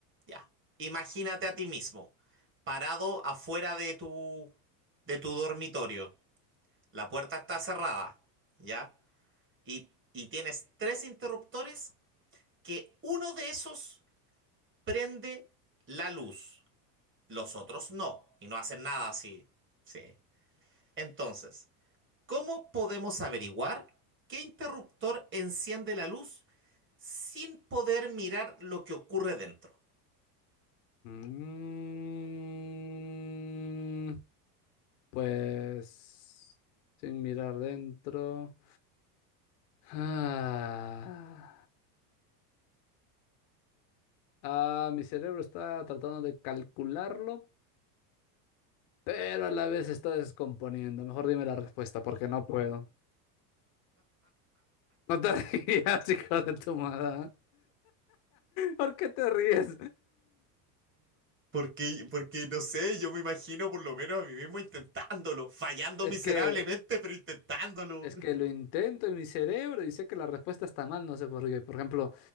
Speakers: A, on the right; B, on the left.
A: Ya. Imagínate a ti mismo, parado afuera de tu de tu dormitorio. La puerta está cerrada, ¿ya? Y, y tienes tres interruptores que uno de esos prende la luz, los otros no, y no hacen nada así. Sí. Entonces, ¿cómo podemos averiguar qué interruptor enciende la luz? sin poder mirar lo que ocurre dentro.
B: Mm, pues. Sin mirar dentro. Ah, ah, mi cerebro está tratando de calcularlo, pero a la vez se está descomponiendo. Mejor dime la respuesta, porque no puedo. No te <laughs> rías, hijo de tu madre. ¿Por qué te ríes?
A: Porque, porque no sé, yo me imagino por lo menos a mí mismo intentándolo, fallando
B: Es
A: miserablemente,
B: que,
A: pero intentándolo.
B: es que lo intento en mi cerebro y sé que la respuesta está mal, no sé por qué. Por ejemplo,